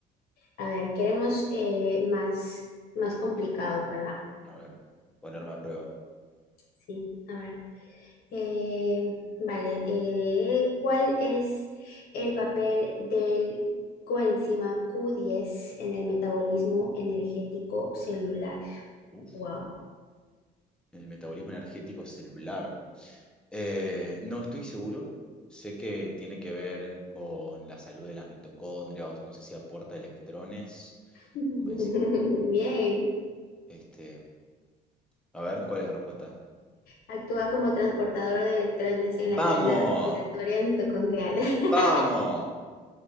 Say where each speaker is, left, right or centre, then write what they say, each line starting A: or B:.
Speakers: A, on the left; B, in the centre.
A: a ver, queremos eh, más, más complicados, ¿verdad?
B: A ver, ponerme a prueba.
A: Sí, a ver. Eh, vale, eh, ¿cuál es el papel del coenzima Q10 en el metabolismo energético celular?
B: Uf.
A: Wow.
B: en el metabolismo energético celular. Eh, no estoy seguro. Sé que tiene que ver con la salud de la mitocondria, o no sé si aporta electrones,
A: <laughs>
B: coenzima.
A: Bien.
B: Este, a ver, ¿cuál es la respuesta?
A: Actúa como transportador de electrones en la
B: ¡Vamos!
A: cadena respiratoria mitocondrial. <laughs>
B: ¡Vamos!